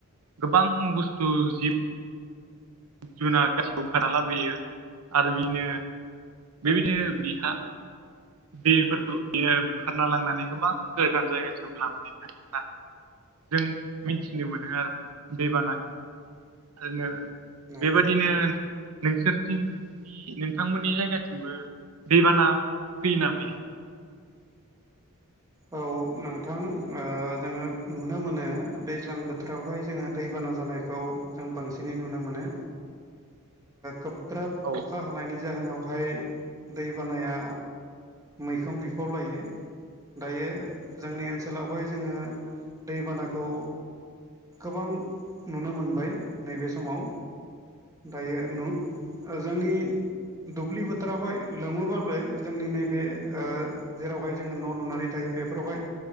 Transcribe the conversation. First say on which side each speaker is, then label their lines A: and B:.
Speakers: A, on the right; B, on the right.
A: गोबां बुस्थु जिब जुनार गासैखौ बुखारना लाबोयो आरो बेनो बेबायदिनो बिहा दैफोरखौ बियो बुखारना लांनानै गोबां गोजान जायगासिम लानानै थाङो होना जों मिथिनो मोनो आरो दैबाना जोंनो
B: औ
A: बेबायदिनो नोंसोरथिंनि नोंथांमोननि जायगाथिंबो दैबाना फैयोना फैयो
B: औ नोंथां जोङो नुनो मोनो दैज्लां बोथोरावहाय जोङो दैबाना जानायखौ जों बांसिनै नुनो मोनो गोब्राब
A: औ
B: अखा हानायनि जाहोनावहाय दै बानाया मैखोम बिफाव लायो दायो जोंनि ओनसोलावहाय जोङो दैबानाखौ गोबां नुनो मोनबाय नैबे समाव दायो नु जोंनि दुब्लि बोथोरावहाय लोमोब्लाबो जोंनि नैबे जेरावहाय जोङो न' लुनानै थायो बे फोरावहाय